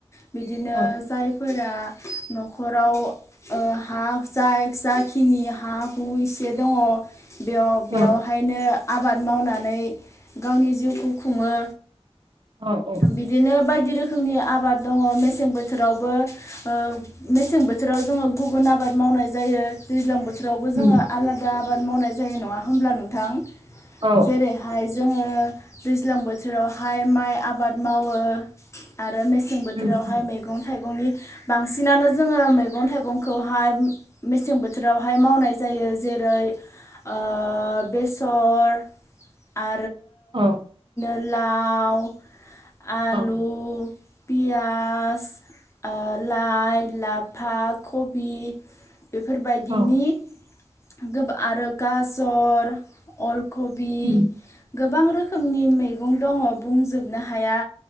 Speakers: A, on the left; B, on the right.
A: बिदिनो
B: औ
A: जाय फोरा न'खराव ओ हा जाय जाखिनि हा हु एसे दंङ बेयाव-बेयावहायनो
B: औ
A: आबाद मावनानै गावनि जिउखौ खुङो
B: औ औ
A: बिदिनो बायदि रोखोमनि आबाद दंङ मेसें बोथोरावबो ओ मेसें बोथोराव जोंङो गुबुन आबाद मावनाय जायो दैज्लां बो थोरावबो जोंङो
B: उम
A: आला आबाद मावनाय जायो नङा होमब्ला नोंथां
B: औ
A: जेरै हाय जोंङो दैज्लां बोथोरावहाय माइ आबाद मावो आ रो मेसें बोथोरावहाय
B: उम उम
A: मैगं थाइगंनि बांसिनानो जोंङो मैगं थाइगंखौहाय मेसें बोथोरावहाय मावनाय जायो जे रै ओ बेसर आ
B: औ
A: लाव आलु
B: औ
A: पियास ओ लाय लाफा कबि बेफोरबायदिनि
B: औ
A: गोबा आरो गाजर अल कबि
B: उम
A: गोबां रो खोमनि मैगं दंङ बुंजोबनो हाया